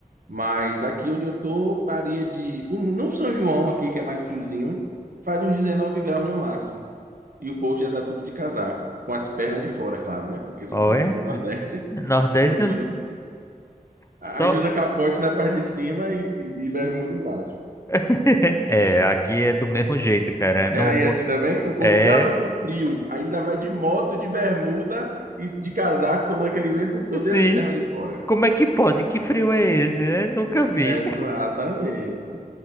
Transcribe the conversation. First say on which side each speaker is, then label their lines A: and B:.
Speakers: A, on the right; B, on the left.
A: Mas aqui onde eu tô, faria de. um- No São João, aqui que é mais friozinho, faz uns 19 graus no máximo. E o povo já tá tudo de casaco, com as pernas de fora, claro, né? Porque você
B: Olha,
A: sabe que no Nordeste
B: Nordeste
A: a gente
B: não-
A: usa. A
B: só.
A: gente usa capote na parte de cima e, e- e bermuda embaixo.
B: <laughs> É, aqui é do mesmo jeito, cara. Não,
A: É aí
B: mu-
A: assim também? O povo
B: é
A: diz, ah, tô com frio. Ainda vai de moto, de bermuda e de casaco, tomando aquele vento todo
B: Sim.
A: e as pernas de fora.
B: Como é que pode? Que frio é esse, né? Nunca vi.
A: Exatamente.